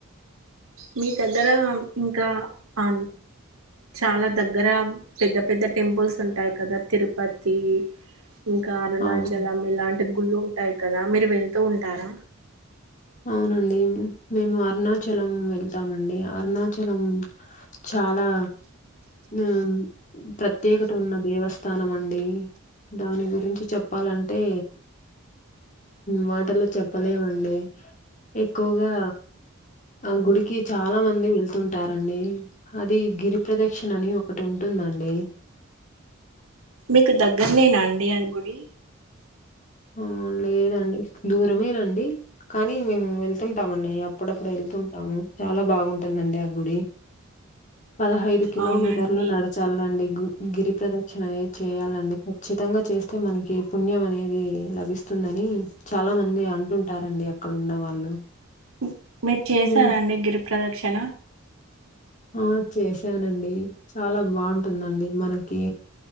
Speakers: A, on the right (about 85°); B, on the left (about 35°).
A: మీ దగ్గర ఇంకా ఆ చాలా దగ్గర పెద్ద పెద్ద టెంపుల్స్ ఉంటాయి కదా తిరుపతి ఇంకా అరుణాచలం
B: అవును
A: ఇలాంటి గుళ్ళు ఉంటాయి కదా మీరు వెళ్తూ ఉంటారా
B: అవునండి మేము అరుణాచలం వెళ్తామండి అరుణాచలం చాలా నూ ప్రత్యేకత ఉన్న దేవస్థానమండి దాని గురించి చెప్పాలంటే మాటల్లో చెప్పలేవండి ఎక్కువ్గా ఆ గుడికి చాలా మంది వెళ్తుంటారండి హది గిరి ప్ర్రదక్షణ అని ఒకటుంటు దండి
A: మీకు దగ్గర్నేనండి అది గుడి
B: హా లేదండి దూరమేనండి కానీ మేము వెళ్తుంటాంమండి అప్పుడప్పుడు ఎళ్ తుంటాము చాలా బాగుంటుందండి ఆ గుడి పదహైదు కిలోమీటర్లు
A: అవునండి
B: నడచాలండి గు గిరి ప్రదక్షణ అనేది చేయాలండి ఖచ్చి తంగ చేస్తే మనకి పుణ్యమనేది లభిస్తుందని చాలా మంది అంటుంటారండి అక్కడున్న వాళ్ళు
A: ఉ మీర్ చేసారాండి
B: మీ
A: గిరిప్రదక్షణ
B: ఆ చేశానండి చాలా బాంటుందండి మనకి